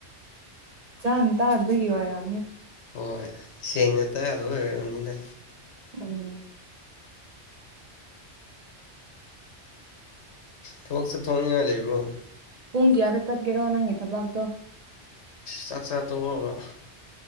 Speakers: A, on the right (about 50°); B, on the left (about 80°).
A: ꯆꯥꯅ ꯇꯥꯗꯕꯒꯤ ꯑꯣꯏꯔꯝꯅꯤ
B: ꯍꯣꯏ ꯁꯦꯡꯅ ꯇꯥꯗꯕꯒꯤ ꯑꯣꯏꯔꯝꯅꯤꯗ
A: ꯎꯝ
B: ꯊꯕꯛ ꯆꯠꯊꯣꯛꯅꯤꯡꯉꯥꯏ ꯂꯩꯕꯔꯣ
A: ꯄꯨꯡ ꯀꯌꯥꯗ ꯆꯠꯀꯦꯔꯣ ꯅꯪꯒꯤ ꯊꯕꯥꯛꯇꯣ
B: ꯆꯥꯛꯆꯥ ꯇꯣꯛꯑꯒ